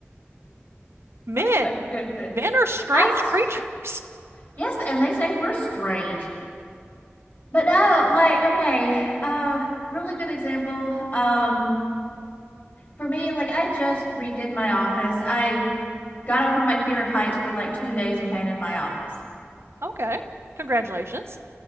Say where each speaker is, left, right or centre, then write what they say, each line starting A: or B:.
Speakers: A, on the right; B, on the left.
A: Men,
B: Oh my goodness.
A: men are strange
B: I, s-
A: <laughs> creatures.
B: yes, and they say we're strange. But no, like, okay, uh, really good example. Um, for me, like I just redid my office. I got over my fear of heights for like two days and painted my office.
A: okay. Congratulations.